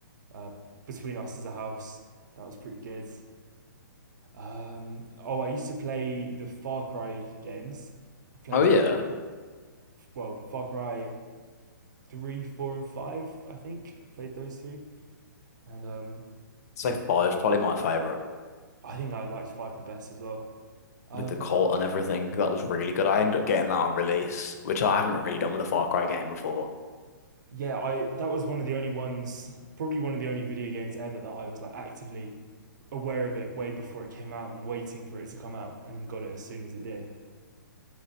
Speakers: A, on the right (about 60°); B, on the left (about 50°).
A: uh, between us as a house. That was pretty good. Um, oh, I used to play the Far Cry games. I played
B: Oh yeah. i
A: well Far Cry three, four, and five. I think I've played those three, and um,
B: Five is probably my favorite
A: I think I liked five the best as well. Um,
B: with the cult and everything. That was really good. I ended up getting that on release, which I haven't really done with a Far Cry game before.
A: yeah, I that was one of the only ones, probably one of the only video games ever that I was like actively aware of it way before it came out and waiting for it to come out, and then got it as soon as it did.